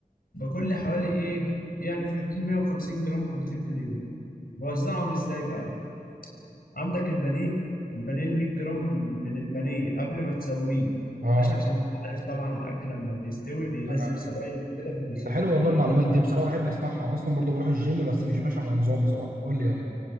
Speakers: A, on the left (about 80°); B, on the right (about 70°).
A: باكل لي حوالي ايه يعني في حدود 150 جرام بروتين في اليوم بوزعهم ازاي بقى عندك البانيه البانيه ال 100 جرام من البانيه قبل ما تسويه
B: اه
A: ماشي عشان انت عارف طبعا الاكل لما بيستوي بينزل
B: تمام
A: سوائل وكده فبيخف
B: ده حلو والله المعلومات دي بصراحه بحب اسمعها أنا اصلا برضو بروح الجيم بس مش ماشي على نظام بصراحه قول لي يلا